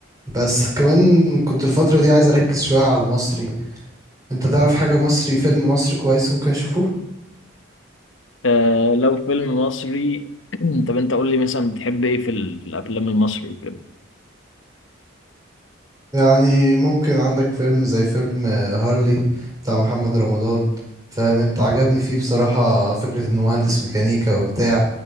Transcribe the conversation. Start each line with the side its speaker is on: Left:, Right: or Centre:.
Right: بس كمان كنت الفترة دي عايز أركز شوية على المصري أنت تعرف حاجة مصري فيلم مصري كويس ممكن أشوفه
Left: آه لو فيلم مصري <clears throat> طب انت قول لي مثلا بتحب ايه في ال- في الافلام المصري وكده
Right: يعني ممكن عندك فيلم زي فيلم آه، هارلي بتاع محمد رمضان فاهم أنت عجبني فيه بصراحة فكرة إنه مهندس ميكانيكا وبتاع